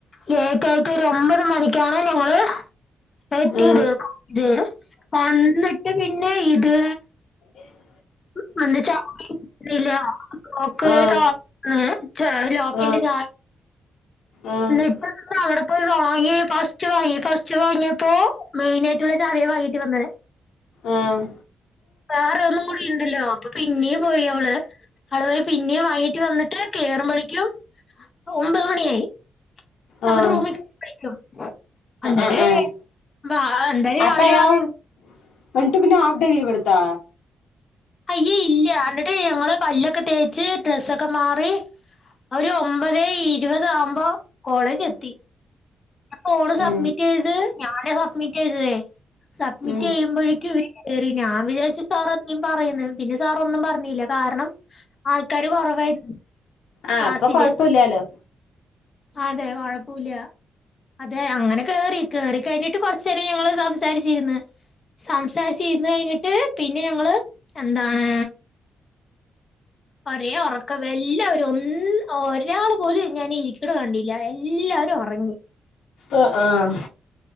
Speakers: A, on the left (about 35°); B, on the left (about 85°).
A: ലേറ്റായിട്ട് ഒരു ഒമ്പത് മണിക്കാണ് ഞങ്ങള് എത്തിയത്
B: ഉം
A: <unintelligible> വന്നിട്ട് പിന്നെ ഇത്
B: ഏഹ്
A: <unintelligible>
B: ആഹ്
A: ഏഹ് ലോക്കിന്റെ
B: ആഹ്
A: ച
B: ആഹ് ആഹ്
A: ലിപ്പ് അവിടെപ്പോയി വാങ്ങി ഫസ്റ്റ് വാങ്ങി ഫസ്റ്റ് വാങ്ങിയപ്പോ മെയിനായിട്ടുള്ള ചാവിയെ വാങ്ങിട്ട് വന്നത്
B: ആഹ്
A: വേറെന്നും കൂടിണ്ടല്ലോ അപ്പൊ പിന്നെയും പോയി അവള് അത് പിന്നേ വാങ്ങീട്ട് വന്നിട്ട് കേറുമ്പോഴേക്കും ഒമ്പത് മണിയായി നമ്മുടെ
B: ആഹ്
A: റൂമിൽക്കും അങ്ങനെ
B: ആഹ് ആഹ്
A: വ എന്തായാലും
B: അപ്പൊ
A: രാവിലെ
B: അയാള് എന്നിട്ട് പിന്നെ ഹാഫ് ഡേ ലീവ് എടുത്താ
A: അയ്യേ ഇല്ല എന്നിട്ട് ഞങ്ങള് പല്ലൊക്കെ തേച്ച് ഡ്രസ്സൊക്കെ മാറി ഒരു ഒമ്പതെ ഇരുപത് ആകുമ്പോ കോളേജ് എത്തി ഫോണ് സബ്മിറ്റ്
B: ഉം
A: ചെയ്തത് ഞാന സബ്മിറ്റ് ചെയ്തത് സബ്മിറ്റ്
B: ഉം
A: ചെയ്യുമ്പോഴേക്കും ഇവര് കയറി ഞാൻ വിചാരിച്ചു സാർ എന്തേലും പറയുന്നു പിന്നെ സാറന്നും പറഞ്ഞില്ല കാരണം ആൾക്കാര് കൊറവായിരുന്നു
B: ആഹ്
A: ക്ലാസ്സില്
B: അപ്പൊ കൊഴപ്പല്ലല്ലോ
A: അതെ കൊഴപ്പല്ല അതെ അങ്ങനെ കേറി കേറി കഴിഞ്ഞിട്ട് കൊറചെരം ഞങ്ങള് സംസാരിച്ചിരുന്ന് സംസാരിചിരിന്ന് കഴിഞ്ഞിട്ട് പിന്നെ ഞങ്ങള് എന്താണ് ഒരേ ഒറക്കം എല്ലാവരും ഒന്ന് ഒരാള് പോലും ഞാൻ ഇരിക്കിണ് കണ്ടില്ല എല്ലാവരും ഒറങ്ങി
B: ആഹ് ആഹ്